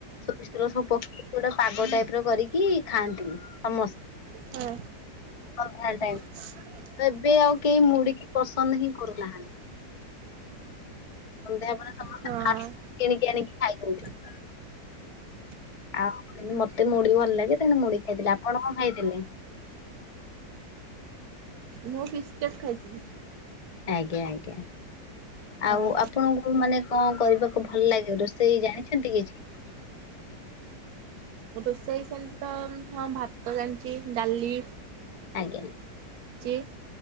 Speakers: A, on the left; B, on the right.
A: ସୋରିଷ ତେଲ ସବୁ ପକେଇକି ପୁରା ପାଗ ଟାଇପ ର କରିକି କି ଖାଆନ୍ତି ସମସ ସଂଧ୍ୟାବେଳ
B: ହଁ
A: ଟାଇମ୍
B: <inaudible>
A: ଏବେ ଆଉ କେହି ମୁଢ଼ି କି ପସନ୍ଦ ହିଁ କରୁନାହାନ୍ତି। ସନ୍ଧ୍ୟାବେେଳେ ସମସ୍ତେ
B: ହଁ
A: ଫାଷ୍ଟଫୁଡ୍ କିଣିକି ଆଣିକି ଖାଇଦଉଛନ୍ତି।
B: <inaudible>
A: ଆଉ ମତେ ମୁଢି ଭଲ ଲାଗେ ତେଣୁ ମୁଢି ଖାଇଥିଲି ଆପଣ କଣ ଖାଇଥିଲେ।
B: ମୁଁ ବିସ୍କେଟ ଖାଇଚି।
A: ଆଜ୍ଞା ଆଜ୍ଞା ଆଉ
B: ହଁ
A: ଆପଣଙ୍କୁ ମାନେ କଣ କରିବାକୁ ଭଲ ଲାଗେ ରୋଷେଇ ଜାଣିଛନ୍ତି କିଛି।
B: ରୋଷେଇ ସେମିତି ତ ହଁ ଭାତ ଜାଣିଚି ଡାଲି
A: ଆଜ୍ଞା।
B: ଚି